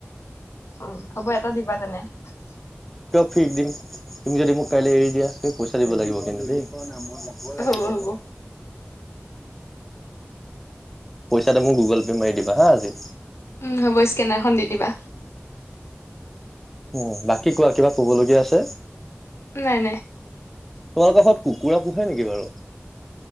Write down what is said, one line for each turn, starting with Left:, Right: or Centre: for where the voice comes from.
Left: উ হ'ব এটা দিবা তেনে <unintelligible>
Centre: কিয় ফিক দিম তুমি যদি মোক কাইলৈ এৰি দিয়া তুমি পইচা দিব লাগিব কিন্তু দেই <unintelligible>
Left: হ'ব হ'ব
Centre: <unintelligible> <inaudible> পইচা তো মোক গুগল পে' মাৰি দিবা হা আজি
Left: হ'ব স্কেনাৰখন দি দিবা
Centre: উম বাকী কোৱা কিবা ক'ব লগীয়া আছে?
Left: নাই নাই।
Centre: তোমালোকৰ ঘৰত কুকুৰা পোহে নেকি বাৰু